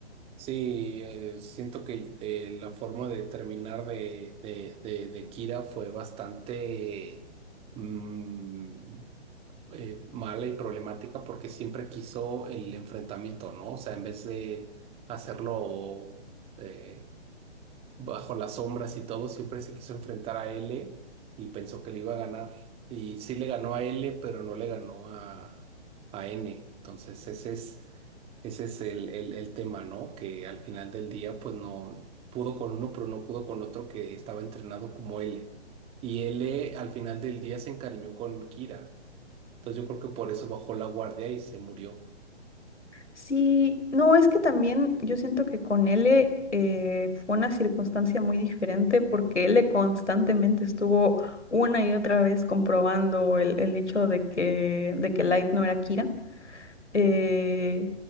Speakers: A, on the right; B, on the left.
A: Sí, eh, siento que eh, la forma de terminar de, de, de, de Kira fue bastante mm, eh, mala y problemática porque siempre quiso el enfrentamiento, ¿no? O sea, en vez de hacerlo eh, bajo las sombras y todo, siempre se quiso enfrentar a L y pensó que le iba a ganar. Y sí le ganó a L, pero no le ganó a, a N. Entonces, ese es ese es el, el, el tema, ¿no? Que al final del día, pues no pudo con uno, pero no pudo con otro que estaba entrenado como L. Y L al final del día se encariñó con Kira. Entonces yo creo que por eso bajó la guardia y se murió.
B: Sí, no, es que también yo siento que con L eh, fue una circunstancia muy diferente porque L constantemente estuvo una y otra vez comprobando el, el hecho de que, de que Light no era Kira. eh,